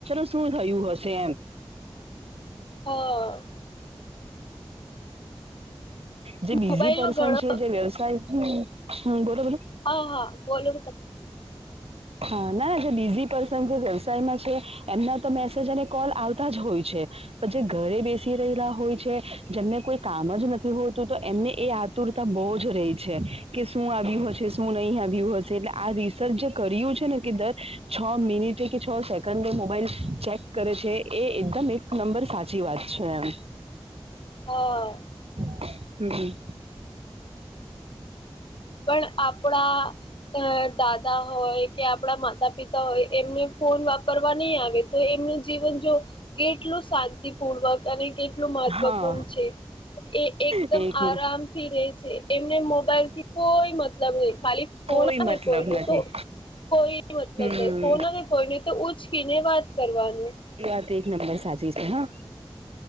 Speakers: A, on the right; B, on the left.
A: શું થયું હશે એમ
B: હા
A: જે બીઝી
B: મોબાઈલનો
A: પર્સન
B: ઘણો
A: છે જે વ્યવસાય હા બોલો બોલો
B: હ હા બોલો
A: હા ના જે બીજી પર્સન જે વ્યવસાયમાં છે એમના તો મેસેજ અને કોલ આવતા જ હોય છે પણ જે ઘરે બેસી રહેલા હોય છે જેમને કોઈ કામ જ નથી હતું તો એમને એ આતુરતા બહુ જ રહી છે કે શું આવ્યું શું નહીં આવ્યું હશે એટલે આ સર જે કર્યું છે ને કે દર છ મિનિટે કે છ સેકન્ડ મોબાઈલ ચેક કરે છે એ એકદમ એક નંબર સાચી વાત છે એમ
B: હા
A: હમ
B: પણ આપડા અ દાદા હોય કે આપડા માતા પિતા હોય એમને ફોન વાપરવા નહીં આવે તો એમનું જીવન જો કેટલું શાંતિપૂર્વક અને કે ટલું મહત્વપૂર્ણ
A: હા
B: છે એ એકદમ
A: એક
B: આરામથી
A: મિનિટ
B: રહે છે. એમને મોબાઈલથી કોઈ મતલબ નહી ખાલી ફોનાને
A: કોઈ મતલબ
B: કોઈનું
A: નથી
B: તો કોઈ મતલબ
A: હમ
B: નહી ફોન આવે કોઈ ને તો ઉચકીને વાત કરવાનું.
A: એ વાત એક નંબર સાચી છે હા